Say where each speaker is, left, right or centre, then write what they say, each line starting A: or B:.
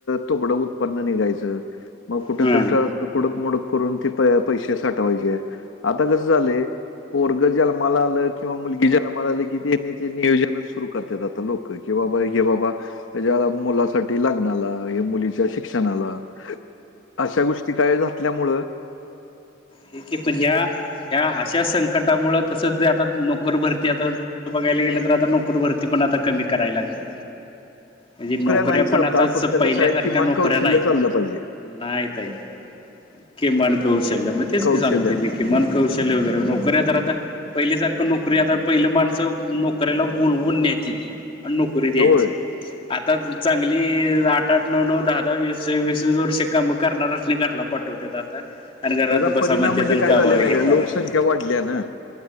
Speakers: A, on the left; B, on the left.
A: तुकडं उत्पन्न निघायचं मग कुठ
B: ह
A: तर कुडक मुडक करून ते पैसे साठवायचे आता कसं झाले पोर्ग जन्माला आलं किंवा मुलगी ज्माला आलं की ते ते नियोजनच सुरू करतात आता लोक बा हे बाबा त्या मुलासाठी लागणार मुली शिक्षणाला अशा गोष्टी कायल्यामु
B: ठीक आहे पण ह्या ह्या अशा संकटामुळे तसं ते आता नोकर भरती आता तस बघायला गेलं तर आता नोकर भरती पण आता कमी करायला लागली. म्हणजे नोकऱ्या
A: नाहीच
B: पण आता
A: फक्त
B: पहिल्यासारख्या
A: कसं आहे किमान
B: नोकऱ्या
A: कौशल्य
B: नाहीत.
A: चाललं पाहिजे
B: नाहीत आहेत किमान कौशल्य मग तेची
A: कौशल्य
B: सांगतोय मी. किमान कौशल्य वगैरे नोकऱ्या तर आता. पहिल्यासारखं नोकरी आता पहिलं माणसं नोकऱ्याला बोलवून न्यायची ती. अन नोकरी द्यायचं.
A: होय
B: आता चांगली आठ आठ नऊ नऊ दहा दहा वीस वीस वीस वर्षे काम करणाऱ्यासनी घरला पाठवट्यात. पाठवट्यात आता आणि घरात
A: त्याचा
B: बसा
A: परिणाम
B: म्हणेत
A: म्हणजे काय
B: काम
A: झालंय
B: हे
A: माहिती आहे?
B: करा
A: लोकसंख्या
B: ते.
A: वाढल्या ना